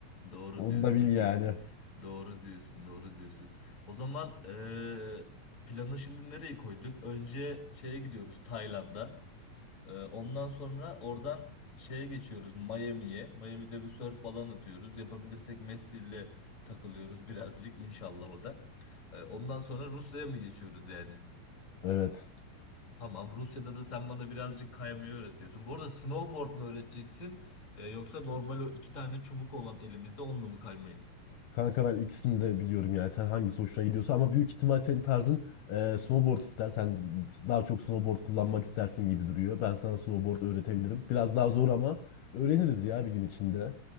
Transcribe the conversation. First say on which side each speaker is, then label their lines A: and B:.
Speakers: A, on the left; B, on the left.
A: Doğru
B: Onu
A: diyorsun.
B: da bil yani.
A: Doğru diyorsun. Doğru diyorsun. O zaman e, planı şimdi nereye koyduk? Önce şeye gidiyoruz Tayland'a. Ee, ondan sonra oradan şeye geçiyoruz Miami'ye. Miami'de bir surf falan atıyoruz. Yapabilirsek Messi ile takılıyoruz <laughs> birazcık inşallah o da. Ee, ondan sonra Rusya'ya mı geçiyoruz yani?
B: Evet.
A: Tamam Rusya'da da sen bana birazcık kaymayı öğretiyorsun. Bu arada snowboard mu öğreteceksin Ee, yoksa normal o iki tane çubuk olan elimizde onunla mı kaymayı
B: Kanka ben ikisini de biliyorum yani. Sen hangisi hoşuna gidiyorsa ama büyük ihtimal senin tarzın e, snowboard ister. Sen daha çok snowboard kullanmak istersin gibi duruyor. Ben sana snowboard öğretebilirim. Biraz daha zor ama öğreniriz ya bir gün içinde.